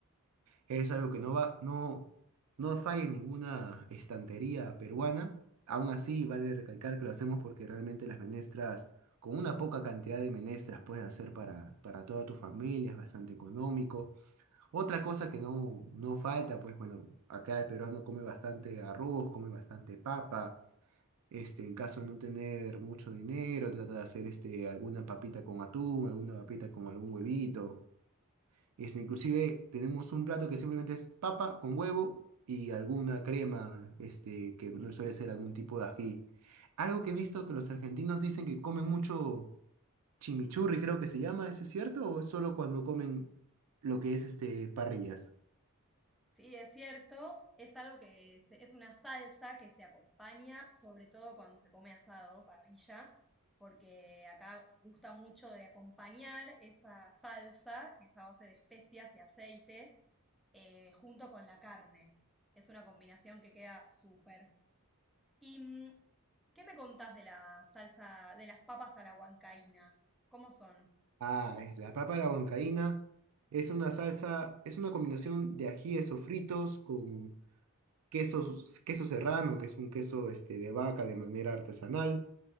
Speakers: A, on the right; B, in the centre.
A: Es algo que no va, no, no falla en ninguna estantería peruana. Aún así, vale recalcar que lo hacemos porque realmente las menestras, con una poca cantidad de menestras, puedes hacer para, para toda tu familia, es bastante económico. Otra cosa que no, no falta, pues bueno, acá el peruano come bastante arroz, come bastante papa. Este, en caso de no tener mucho dinero, trata de hacer este, alguna papita con atún, alguna papita con algún huevito. Este, inclusive tenemos un plato que simplemente es papa con huevo y alguna crema, este, que no suele ser algún tipo de ají. Algo que he visto que los argentinos dicen que comen mucho chimichurri, creo que se llama, ¿eso es cierto? ¿O es solo cuando comen lo que es este parrillas?
B: Sí, es cierto, es algo que se- es una salsa que se acompaña sobre todo cuando se come asado, parrilla, porque acá gusta mucho de acompañar esa salsa, que es a base de especias y aceite, eh, junto con la carne. Es una combinación que queda súper. ¿Y mm, qué me contás de la salsa, de las papas a la huancaína? ¿Cómo son?
A: Ah, es la papa a la huancaína es una salsa, es una combinación de ajíes sofritos con queso queso serrano, que es un queso este, de vaca de manera artesanal